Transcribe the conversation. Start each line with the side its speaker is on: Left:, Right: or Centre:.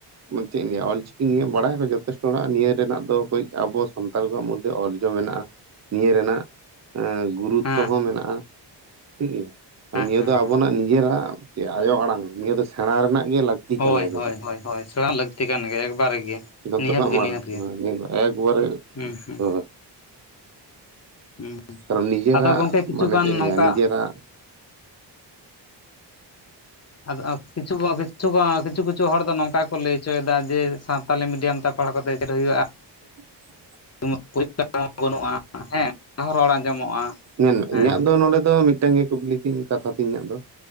Right: ᱢᱟᱱᱮ ᱪᱮᱫ ᱤᱧ ᱞᱟᱹᱭᱟ ᱚᱞᱪᱤᱠᱤ ᱱᱤᱭᱟᱹ ᱵᱟᱲᱟᱭ ᱟᱠᱚ ᱡᱚᱛᱷᱮᱥᱴᱚ ᱦᱚᱲᱟᱜ ᱱᱤᱭᱟᱹ ᱨᱮᱱᱟᱜ ᱫᱚ ᱠᱟᱹᱡ ᱟᱵᱚ ᱥᱟᱱᱛᱟᱲ ᱠᱚᱣᱟᱜ ᱢᱩᱫᱽᱫᱷᱮ ᱚᱨᱡᱚ ᱢᱮᱱᱟᱜᱼᱟ, ᱱᱤᱭᱟᱹ ᱨᱮᱱᱟᱜ ᱜᱩᱨᱩᱛᱛᱚ
Left: ᱦᱮᱸ
Right: ᱦᱚᱸ ᱢᱮᱱᱟᱜᱼᱟ ᱴᱷᱤᱠ ᱜᱮᱭᱟ ᱟᱨ
Left: ᱦᱮᱸ
Right: ᱱᱤᱭᱟᱹ
Left: ᱦᱮᱸ
Right: ᱫᱚ ᱟᱵᱚᱱᱟᱜ
Left: ᱦᱮᱸ
Right: ᱱᱤᱡᱮᱨᱟᱜ ᱪᱮᱫ ᱟᱭᱳ ᱟᱲᱟᱝ ᱱᱤᱭᱟᱹ ᱫᱚ ᱥᱮᱬᱟ ᱨᱮᱱᱟᱜ ᱜᱮ ᱞᱟᱹᱠᱛᱤ
Left: ᱦᱳᱭ
Right: ᱠᱟᱱᱟ ᱮᱠᱵᱟᱨ
Left: ᱦᱳᱭ ᱦᱳᱭ ᱦᱳᱭ ᱥᱮᱬᱟ ᱞᱟᱹᱠᱛᱤ ᱠᱟᱱ ᱜᱮᱭᱟ ᱮᱠᱵᱟᱨᱮ ᱜᱮ,
Right: ᱡᱷᱚᱛᱚ
Left: ᱱᱤᱦᱟᱹᱛ
Right: ᱠᱷᱚᱱ
Left: ᱜᱮ
Right: ᱢᱟᱨᱟᱝ
Left: ᱱᱤᱦᱟᱹᱛ ᱜᱮ
Right: ᱟᱨ ᱱᱤᱭᱟᱹ ᱫᱚ ᱮᱠᱵᱟᱨᱮ ᱜᱮ
Left: ᱦᱩᱸ ᱦᱩᱸ
Right: ᱦᱳᱭ
Left: ᱦᱩᱸ
Right: ᱠᱟᱨᱚᱱ ᱱᱤᱡᱮᱨᱟᱜ
Left: ᱟᱫᱚ ᱜᱚᱝᱠᱮ ᱠᱤᱪᱷᱩ
Right: ᱢᱟᱱᱮ
Left: ᱜᱟᱱ
Right: ᱪᱮᱫ ᱤᱧ
Left: ᱱᱚᱝᱠᱟ
Right: ᱞᱭᱟ ᱱᱤᱡᱮᱨᱟᱜ
Left: ᱟᱫᱚ ᱠᱤᱪᱷᱩ ᱜᱚ ᱠᱤᱪᱷᱩ ᱜᱚ ᱠᱤᱪᱷᱩ ᱠᱤᱪᱷᱩ ᱦᱚᱲ ᱫᱚ ᱱᱚᱝᱠᱟ ᱜᱮᱠᱚ ᱞᱟᱹᱭ ᱦᱚᱪᱚᱭᱮᱫᱟ ᱡᱮ ᱥᱟᱱ ᱛᱟᱞᱤ ᱢᱤᱰᱤᱭᱟᱢ ᱛᱮ ᱯᱟᱲᱦᱟᱣ ᱠᱟᱛᱮᱫ ᱪᱮᱫ ᱦᱩᱭᱩᱜᱼᱟ,
Right: <inaudible>
Left: ᱠᱳᱱᱚ ᱯᱚᱨᱤᱠᱟᱴᱷᱟᱢᱩ ᱦᱚᱸ ᱵᱟᱹᱱᱩᱜᱼᱟ ᱦᱮᱸ ᱚᱱᱟ ᱦᱚ ᱨᱚᱲ ᱟᱸᱡᱚᱢᱚᱜᱼᱟ,
Right: ᱢᱮᱱ
Left: ᱦᱮᱸ
Right: ᱤᱧᱟᱜ ᱫᱚ ᱱᱚᱰᱮ ᱫᱚ ᱢᱤᱫᱴᱟᱝ ᱜᱮ ᱠᱩᱠᱞᱤ ᱛᱤᱧ ᱠᱟᱛᱷᱟ ᱛᱤᱧ ᱤᱧᱟᱜ ᱫᱚ,